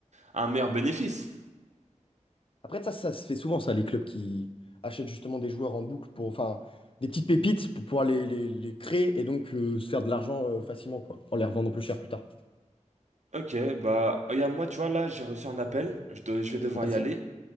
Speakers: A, on the right; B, on the left.
A: un meilleur bénéfice.
B: Après, ça, ça se fait souvent, ça, les clubs qui achètent justement des joueurs en boucle pour, enfin, des petites pépites pour pouvoir les, les- les créer et donc euh, se faire de l'argent euh, facilement, quoi, en les revendant plus cher plus tard.
A: Ok, bah, regarde, moi, tu vois, là, j'ai reçu un appel, je dois, je vais devoir
B: Vas-y.
A: y aller.